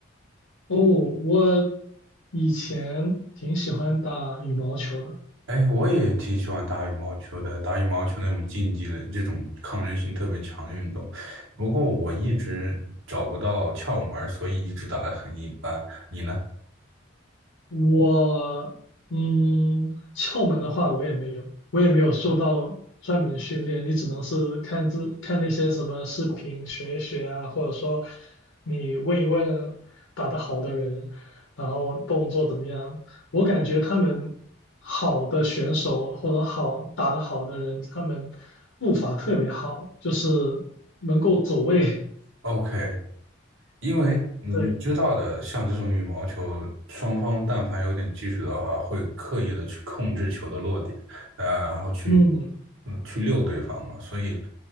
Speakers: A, on the left; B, on the right.
A: 哦，我以前挺喜欢打羽毛球的，
B: 哎，我也挺喜欢打羽毛球的，打羽毛球那种竞技类，这种抗争性特别强的运动。不过我一直找不到窍门儿所以一直打得很一般。你呢
A: 我嗯，窍门的话，我也没有，我也没有受到专门训练，你只能是看自看那些什么视频学一学啊，或者说你问一问打得好的人，然后动作怎么样。我感觉他们好的选手或者好打得好的人，他们步伐特别好，就是能够走位。<laughs>
B: ？OK，因为你你知道的，
A: 对，
B: 像这种羽毛球，双方但凡有点技术的话，会刻意的去控制球的落点，啊，然后去
A: 嗯，
B: 嗯去溜对方嘛。所以